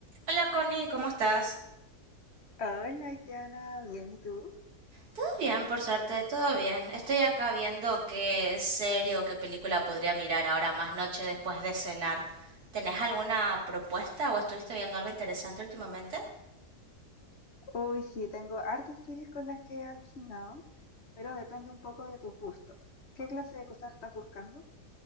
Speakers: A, on the right; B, on the left.
A: Hola Connie, ¿cómo estás?
B: Hola, Itiana, bien, ¿y tú?
A: Todo bien, por suerte, todo bien. Estoy acá viendo qué serie o qué película podría mirar ahora más noche después de cenar. ¿Tenés alguna propuesta o estuviste viendo algo interesante últimamente?
B: Uy, sí, tengo hartas series con las que he alucinado, pero depende un poco de tus gustos. ¿Qué clase de cosas estás buscando?